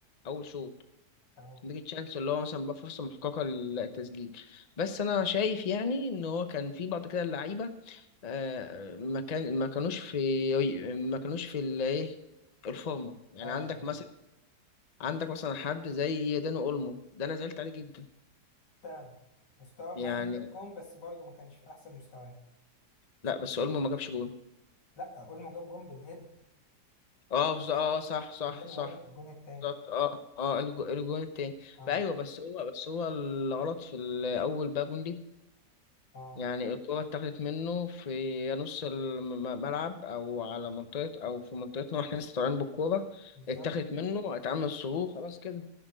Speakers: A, on the left (about 35°); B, on the left (about 80°).
A: اول شوط
B: مم. تمام
A: بيج تشانس اللي هو مثلا بقى فرصة محققة للتسجيل بس انا شايف يعني ان هو كان في بعض كده اللعيبة آه، ما كان ما كانوش في ما كانوش في الايه الفورمه يعني
B: اه اه
A: عندك مثلا عندك مثلا حد زي داني اولمو ده انا زعلت عليه جدا
B: فعلا مستواه مع
A: يعني
B: انه جاب جون بس برضه ما كانش في احسن مستواه
A: لا بس اولمو ما جابش جون
B: لا اولمو جاب جون بالهيد
A: اه بز... اه صح صح
B: داني
A: صح
B: اولمو الجون التاني
A: بالظبط اه اه الجو- الجون التاني
B: اه
A: بقى ايوه بس هو بس هو الغلط في الاول بقى جون دي
B: اه
A: يعني الكرة اتاخدت منه في نص الملعب او على منطقة او في منطقتنا واحنا لسه طالعين بالكورة
B: بالظبط
A: اتاخدت منه اتعمل صروخ خلاص كده